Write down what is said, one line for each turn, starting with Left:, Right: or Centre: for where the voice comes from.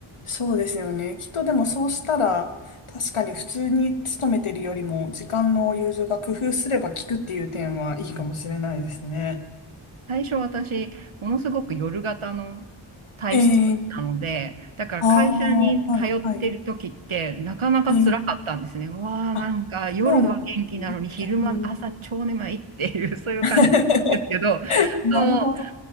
Left: そうですよね。きっとでもそうしたら、確かに普通に勤めてるよりも、時間の融通が工夫すれば効くっていう点はいいかもしれないですね。
Right: 最初私、ものすごく夜型の体質だったので、
Left: えー、
Right: だから会社に通ってる時って、
Left: ああ、はい、はい。
Right: なかなか辛かったんですね。
Left: えー、
Right: わあ、
Left: あ、
Right: なんか夜は元気なのに、
Left: そうなんですね。
Right: 昼間、
Left: 逆に。
Right: 朝超眠いっていう、そういう感じなんですけど、
Left: <laughs> なるほど。
Right: そう